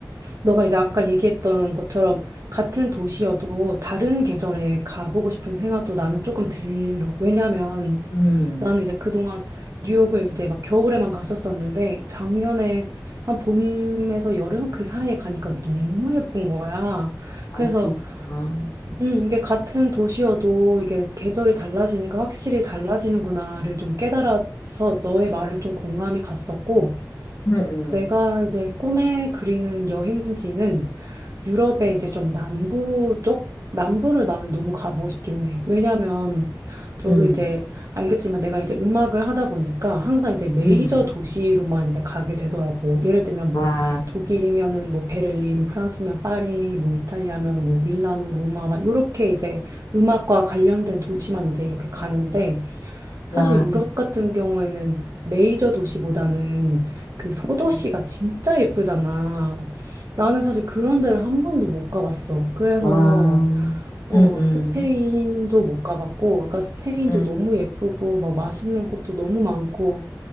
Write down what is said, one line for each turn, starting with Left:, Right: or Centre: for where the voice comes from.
Right: 너가 이제 아까 얘기했던 것처럼 같은 도시여도 다른 계절에 가보고 싶은 생각도 나는 조금 들어. 왜냐면
Left: 음.
Right: 나는 이제 그동안 뉴욕을 이제 막 겨울에만 갔었었는데 작년에 한 봄에서 여름 그 사이에 가니까 너무 예쁜 거야.
Left: 아,
Right: 그래서
Left: 그렇구나.
Right: 음, 이게 같은 도시여도 이게 계절이 달라지니까 확실히 달라지는구나를 좀 깨달아서 너의 말에 좀 공감이 갔었고,
Left: 음, 음,
Right: 내가 이제 꿈에 그리는 여행지는 유럽의 이제 좀 남부 쪽? 남부를 나는 너무 가보고 싶기는 해. 왜냐면 너도
Left: 음,
Right: 이제 알겠지만 내가 이제 음악을 하다 보니까 항상 이제 메이저
Left: 음.
Right: 도시로만 이제 가게 되더라고. 예를 들면
Left: 와,
Right: 뭐 독일이면은 뭐 베를린, 프랑스면 파리, 뭐 이탈리아면 뭐 밀라노, 로마 막 이렇게 이제 음악과 관련된 도시만 이제 이렇게 가는데 사실
Left: 야,
Right: 유럽 같은 경우에는 메이저 도시보다는 그 소도시가
Left: 음.
Right: 진짜 예쁘잖아. 나는 사실 그런 데를 한 번도 못 가봤어. 그래서
Left: 와, 음,
Right: 어,
Left: 음,
Right: 스페인도 못 가봤고, 그러니까 스페인도
Left: 음,
Right: 너무 예쁘고 막 맛있는 곳도 너무 많고